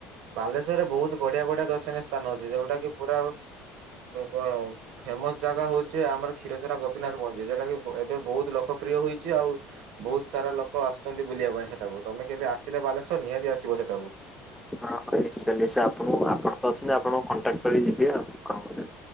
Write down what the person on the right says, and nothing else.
ବାଲେଶ୍ଵର୍ ରେ ବହୁତ ବଢିଆ ବଢିଆ ଦର୍ଶନୀୟ ସ୍ଥାନ ଅଛି ଯୋଉଟା କି ପୁରା କଣ ଫେମସ ଜାଗା ହୋଉଛି ଆମର କ୍ଷୀରଚରା ଗୋପୀନାଥ ମଞ୍ଜି ଯଉଟା କି ଏବେ ବହୁତ ଲୋକପ୍ରିୟ ହୋଇଛି ଆଉ। ବହୁତ ସାରା ଲୋକ ଆସୁଛନ୍ତି ବୁଲିବା ପାଇଁ ସେଟାକୁ ତମେ କେବେ ଆସିଲେ ବାଲେଶ୍ୱର୍ ନିହାତି ଆସିବ ସେଟାକୁ।